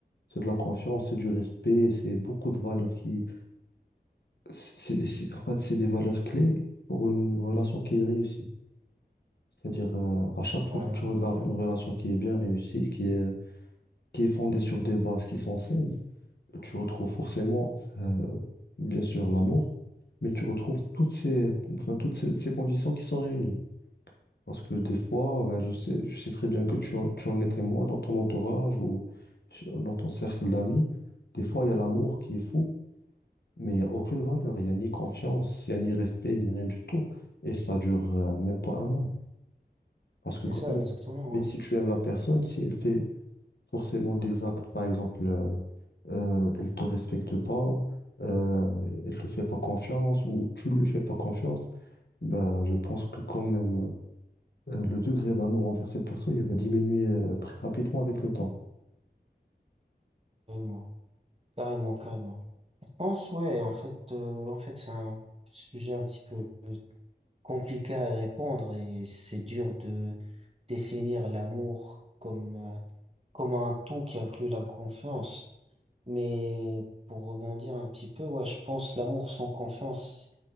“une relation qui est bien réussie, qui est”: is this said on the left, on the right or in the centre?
Left